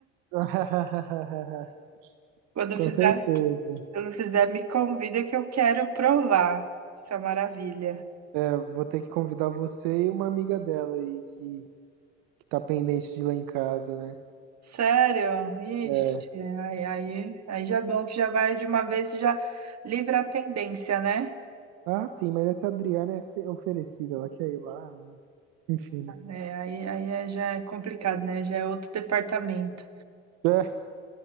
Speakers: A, on the right; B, on the right.
A: <laughs>
B: Quando
A: Com
B: fizer,
A: certeza.
B: quando fizer, me convida que eu quero provar essa maravilha.
A: É, vou ter que convidar você e uma amiga dela aí que, que tá pendente de ir lá em casa, né?
B: Sério? Ixi,
A: É.
B: aí, aí, aí já é bom que já vai de uma vez e já livra a pendência, né?
A: Ah, sim, mas essa Adriana é fe- oferecida, ela quer ir lá, enfim, né?
B: É, aí, aí é- já é complicado, né? Já é outro departamento.
A: É.